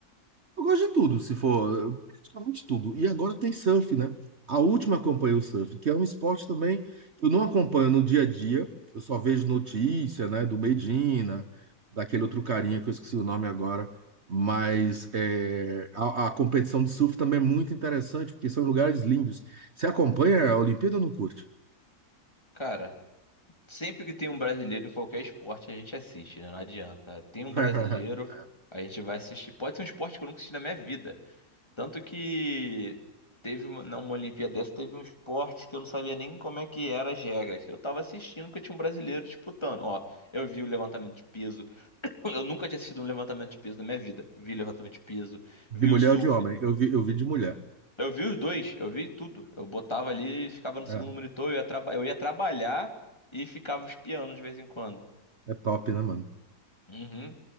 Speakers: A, on the right; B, on the left.
A: eu gosto de tudo, se for, praticamente tudo. E agora tem surf, né? A última acompanhei o surf, que é um esporte também que eu não acompanho no dia a dia. Eu só vejo notícia, né, do Medina, daquele outro carinha que eu esqueci o nome agora. Mas é, a, a competição de surf também é muito interessante, porque são lugares lindos. Você acompanha a Olimpíada ou não curte?
B: Cara, sempre que tem um brasileiro em qualquer esporte, a gente assiste, né? Não adianta. Tem um
A: <laughs>
B: brasileiro, a gente vai assistir. Pode ser um esporte que eu nunca assisti na minha vida. Tanto que teve uma, numa Olimpíada dessa, teve um esporte que eu não sabia nem como é que era as regras. Eu tava assistindo porque tinha um brasileiro disputando. Ó, eu vi o levantamento de peso. <laughs> Eu nunca tinha assistido um levantamento de peso na minha vida. Vi levantamento de peso,
A: De
B: vi
A: mulher
B: o surf.
A: ou de homem? Eu vi, eu vi de mulher.
B: Eu vi os dois, eu vi tudo. Eu botava ali, e ficava no segundo
A: É,
B: monitor, eu ia, traba- eu ia trabalhar e ficava espiando de vez em quando.
A: é top, né, mano?
B: Uhum.